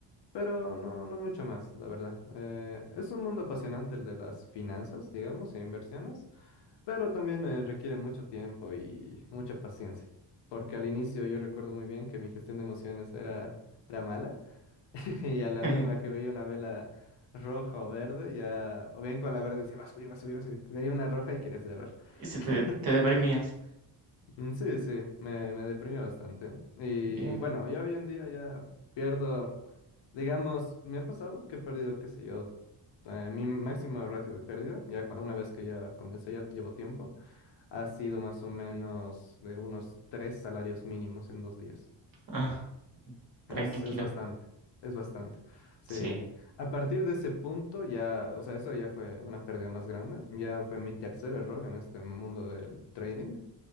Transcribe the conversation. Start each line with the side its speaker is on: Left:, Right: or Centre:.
Left: pero no, no mucho más, la verdad. Eh, es un mundo apasionante el de las finanzas, digamos, e inversiones. Pero también eh, requiere mucho tiempo y mucha paciencia, porque al inicio yo recuerdo muy bien que mi gestión de emociones era, era mala <laughs> y a la
Right: <laughs>
Left: mínima que veía una vela roja o verde, ya, o bien con la verde decía, va a subir, va a subir, va a subir, veía una roja y quería cerrar.
Right: y si
Left: <laughs>
Right: te, te deprimías.
Left: Mm, Sí, sí, me, me deprimió bastante. Y
Right: Bien.
Left: bueno, ya hoy en día ya pierdo, digamos, me ha pasado que he perdido, qué sé yo, eh, mi máximo ratio de pérdida, ya cua- una vez que ya comencé, ya llevo tiempo ha sido más o menos de unos tres salarios mínimos en dos días.
Right: Ah, tranquilo.
Left: Es, es bastante, es bastante. Sí.
Right: Sí.
Left: A partir de ese punto ya, o sea, eso ya fue una pérdida más grande. Ya fue mi tercer error en este mundo del trading.